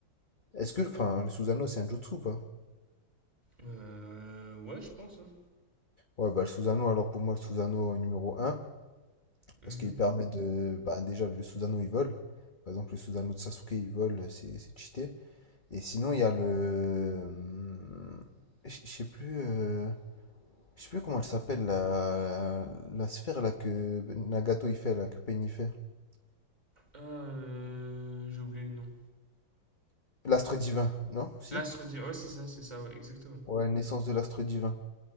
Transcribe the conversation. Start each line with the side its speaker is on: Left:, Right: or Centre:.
Left: est-ce que, enfin, le Susanoo c'est un jutsu ou pas?
Right: Euh, ouais, je pense. hein.
Left: Ouais, bah le Susanoo, alors pour moi le Susanoo numéro un
Right: Mhm.
Left: parce qu'il permet de, bah déjà le Susanoo il vole. Par exemple, le Susanoo de Sasuke il vole, c'est c'est cheaté. Et sinon il y a le, hum, je je sais plus, euh, je sais plus comment elle s'appelle la la sphère là que Nagato il fait là, que Pain il fait.
Right: Ah, euh, j'ai oublié le nom.
Left: L'astre divin, non? Si?
Right: L'astre dit, ouais, c'est ça, c'est ça, ouais, exactement.
Left: Ouais, naissance de l'astre divin.